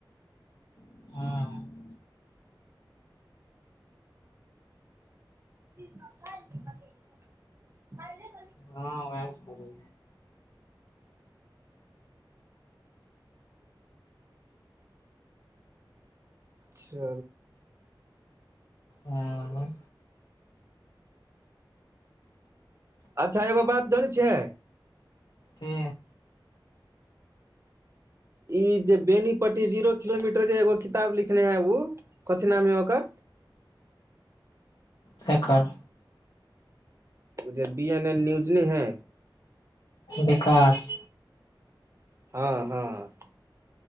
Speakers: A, on the left; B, on the right.
A: हँ
B: <unintelligible>
A: हँ ओएै
B: से
A: ह
B: अच्छा एगो बात जनाय छियै
A: के
B: ई जे बेनीपट्टी जीरो किलोमीटर जे एगो किताब लिखने है उ कथि नाम है ओकर
A: सकार
B: ओे बी एन एन न्यूजनी है
A: विकास
B: हँ हँ